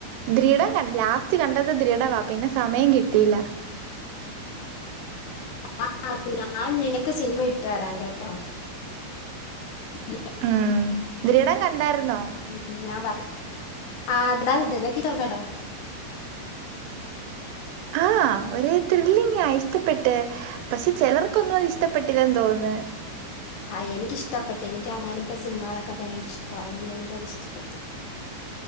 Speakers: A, on the right; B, on the left.
A: ദൃഢം കൺ ലാസ്റ്റ് കണ്ടത് ദൃഢവാ പിന്നെ സമയം കിട്ടിയില്ല,
B: ആഹ് ഞാൻ നിനക്ക് സിനിമ ഇട്ട് തരാം കെട്ടോ, <unintelligible>
A: ഉം ദൃഡം കണ്ടാര്ന്നോ
B: ഉം, ഞാൻ പർ ദൃഡം കണ്ടാര്ന്നോ ആഹ് ഞാൻ കണ്ട് കലക്കി ട്ടോ പടം
A: ആഹ് ഒരേ ത്രില്ലിങ്ങാ ഇഷ്ട്ടപ്പെട്ട് പക്ഷെ ചെലർക്കൊന്നും അത് ഇഷ്ട്ടപ്പെട്ടില്ലെന്ന് തോന്ന്ന്ന്
B: ആഹ് എനിക്കിഷ്ട്ടപ്പെട്ട് എനിക്ക് അങ്ങനത്തെ സിനിമളൊക്കെ ഭയങ്കര ഇഷ്ട്ടവാ അതുകൊണ്ട് എനിക്കത് ഇഷ്ട്ടപ്പെട്ട്.